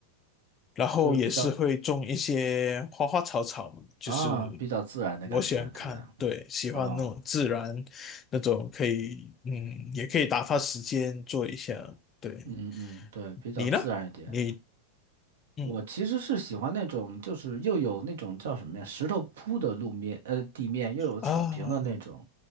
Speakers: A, on the left; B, on the right.
A: 然后也是会种一些花花草草嘛，
B: 就是比较
A: 就是
B: 啊比较自然的感觉，
A: 我喜欢看，
B: 对不对？
A: 对，喜欢那种自然，
B: 啊。
A: 那种可以，嗯，也可以打发时间做一下。对，
B: 嗯嗯，对，比较自然一点。
A: 你呢？你，嗯
B: 我其实是喜欢那种，就是又有那种叫什么呀，石头铺的路面，呃，地面又有草坪的那种。
A: 啊，